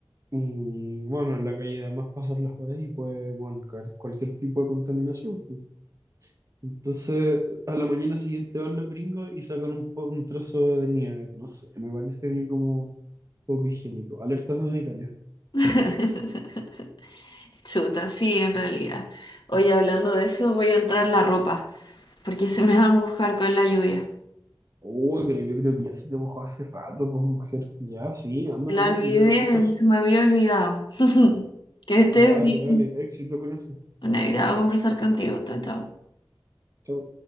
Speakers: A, on the right (about 40°); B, on the left (about 65°).
A: y, bueno, en la calle además pasan las horas y puede, bueno, caer cualquier tipo de contaminación. pues. Entonces, a la mañana siguiente van los gringos y sacan un, po- un trozo de nieve. No sé, me parece a mí como poco higiénico. Alerta sanitaria.
B: <laughs> Chuta, sí, en realidad. Oye, hablando de eso, voy a entrar la ropa, porque se me va a mojar con la lluvia.
A: Uy, pero yo creo que ya se te mojó hace rato, pues mujer. Ya, sí, anda
B: La
A: nomás,
B: olvidé,
A: no te preocupes.
B: se me había olvidado. <laughs> Que estés
A: Dale,
B: bien.
A: dale, éxito con eso.
B: Un agrado conversar contigo. Chao, chao.
A: Chao.